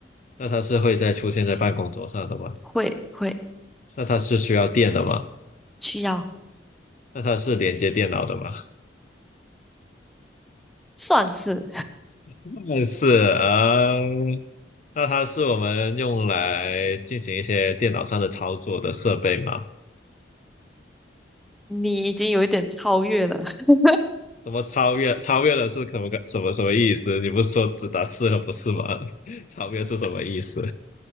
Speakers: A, on the left; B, in the centre.
A: 那它是会在出现在办公桌上的吗？
B: 会会
A: 那它是需要电的吗？
B: 需要，
A: 那它是连接电脑的吗？
B: 算是
A: <laughs> 那是啊，那它是我们用来进行一些电脑上的操作的设备吗？
B: 你已经有一点超越了，<laughs>
A: 怎么超越超越了是可不可什么什么意思？你不是说只打四了不是吗？<laughs> 超越是什么意思？